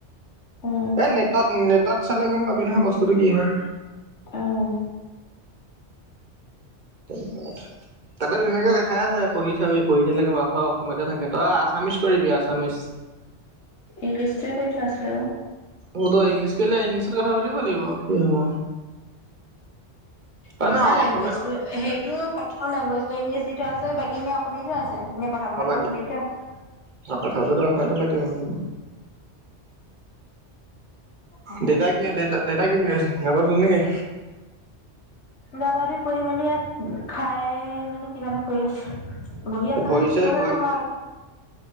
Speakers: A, on the left; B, on the right.
A: অ
B: এই নেটত নেটত চালে গম পাবি নহয় বস্তুটো কি হয়।
A: অহ
B: সেইটোৱে তাতে ধুনীয়াকে লেখাই আছে পঢ়ি চাবি পঢ়িছিলে অসমীয়াতে থাকে তই আছামিছ কৰিবি আচামিচ <inaudible>
A: ইংলিছে কৈ থোৱা আছিলে বাও
B: অ ত ইংলিছ কইলে ইংলিছত কথা পাতিব লাগিব কি হ'ব অ
A: নহয়
B: না
A: লেংগুৱেজ
B: অসমীয়া
A: টো সেইটো প্ৰথম লেংগুৱেজটো ইংলিজ দি থোৱা আছে বাকীখিনি অসমীয়াতে আছে এনে কথা পতাতো
B: অ বাকী
A: অসমীয়াতে আছে
B: কথা যদি অসমীয়াতে পাতিব লাগিব
A: অ
B: দেউতাই কি দেতা দেউতাই কি কৰি আছে গা পা ধুলে নেকি?
A: গা পা ধুই পঢ়ি মেলি ইয়াক খাই মেলি কিবা এটা কৰি আছে। বহি আছে
B: ভৰি
A: নে কি
B: চৰি
A: কৰি আছে
B: ভৰি
A: জানো মই